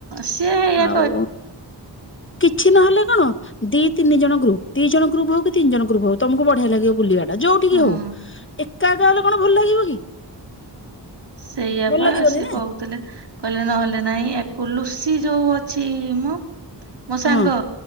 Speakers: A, on the right (about 70°); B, on the left (about 30°).
A: ସିଏ ହେଇ
B: ଆଉ କିଛି ନହେଲେ କଣ ଦି ତିନି ଜଣ ଗ୍ରୁପ୍ ଦି ଜଣ ଗ୍ରୁପ୍ କି ତିିନିଜଣ ଗ୍ରୁପ୍ ତମକୁ ବଢି଼ଆ ଲାଗିବ ବୁଲିବା। ଯଉ ଠିକି
A: ହଁ
B: ହଉ ଏକ ଏକା ଏକା ଗଲେ କଣ ଭଲ ଲାଗିବ କି?
A: ସେଇଆ
B: ଭଲ
A: ବା
B: ଲାଗିବନି
A: ସେ
B: ନା
A: କହୁଥିଲେ କହିଲେ ନହେଲେ ନାଇଁ କୁଲୁ ସି ଯୋଉ ଅଛି ମୁଁ ମୋ
B: ହଁ
A: ସାଙ୍ଗ